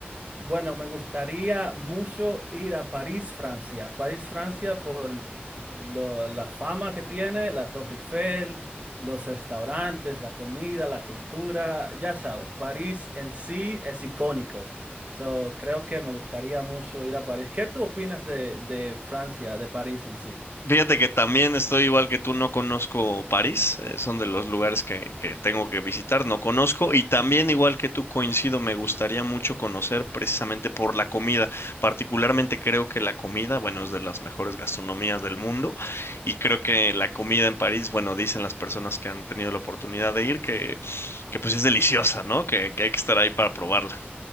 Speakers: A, on the right (about 35°); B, on the left (about 75°).
A: Bueno, me gustaría mucho ir a París, Francia. París, Francia, por lo- la fama que tiene, la Torre Eiffel, los restaurantes, la comida, la cultura, ya sabes, París en sí es icónico. So, creo que me gustaría mucho ir a París. ¿Qué tú opinas de, de Francia, de París en sí?
B: Fíjate que también estoy igual que tú, no conozco París, eh, son de los lugares que, que tengo que visitar, no conozco, y también igual que tú coincido, me gustaría mucho conocer precisamente por la comida, particularmente creo que la comida, bueno, es de las mejores gastronomías del mundo, y creo que la comida en París, bueno, dicen las personas que han tenido la oportunidad de ir que, que pues es deliciosa, ¿no? Que, que hay que estar ahí para probarla.